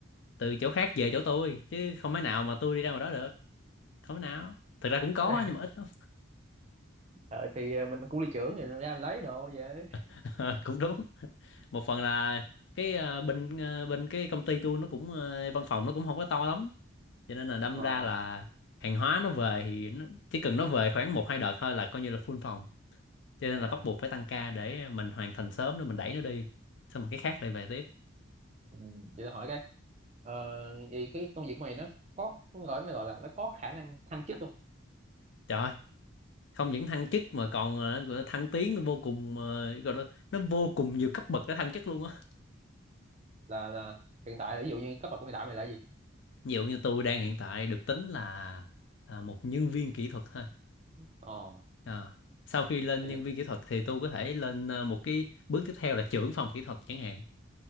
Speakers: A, on the left; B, on the right.
A: từ chỗ khác về chỗ tôi chứ không thể nào mà tôi đi ra ngoài đó được không thể nào thực ra cũng có
B: Đó.
A: nhưng
B: <laughs>
A: mà ít lắm
B: ờ, thì ờ, mình cũng đi trưởng thì ra mình lấy đồ về
A: <laughs> Ờ, cũng đúng một phần là cái ờ, bên ờ, bên cái công ty tôi nó cũng ờ, văn phòng nó cũng không có to lắm cho nên là đâm
B: ờ
A: ra là hàng hóa nó về thì nó, chỉ cần nó về khoảng một hai đợt thôi là coi như là full phòng cho
B: à.
A: nên là bắt buộc phải tăng ca để mình hoàn thành sớm để mình đẩy nó đi xong rồi cái khác lại về tiếp
B: Ừ, vậy tôi hỏi cái ờ, vậy cái công việc của mày nó có nó gọi nó gọi là nó có khả năng thăng chức không
A: trời ơi, không những thăng chức mà còn ờ, gọi là thăng tiến vô cùng ờ, gọi là nó vô cùng nhiều cấp bậc để thăng chức luôn á
B: là là hiện tại ví dụ như cấp bậc của hiện tại mày là gì
A: ví dụ như tôi đang hiện tại được tính là à, một nhân viên kỹ thuật thôi
B: ờ
A: Ờ. Sau khi lên
B: thì
A: nhân viên kỹ thuật thì tôi có thể lên ờ, một cái bước tiếp theo là trưởng phòng kỹ thuật chẳng hạn.